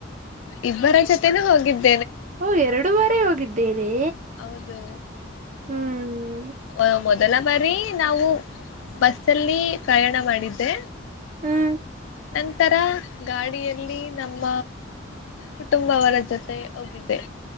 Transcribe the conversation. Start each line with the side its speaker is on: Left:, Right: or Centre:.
Left: ಇಬ್ಬರ ಜೊತೆನು ಹೋಗಿದ್ದ್
Right: ಓ ಎರಡು ಬಾರಿ ಹೋಗಿದ್ ದ್ದೀರೀ.
Left: ಹೌದು.
Right: ಹ್ಮ್
Left: ಒ ಮೊದಲ ಬಾರಿ ನಾವು ಬಸ್ ಅಲ್ಲಿ ಪ್ರಯಾಣ ಮಾಡಿದ್ದೆ.
Right: ಹ್ಮ್
Left: ನಂತರ ಗಾಡಿಯಲ್ಲಿ ನಮ್ಮ ಕುಟುಂಬವರ ಜೊತೆ ಹೋಗಿದ್ದೆ.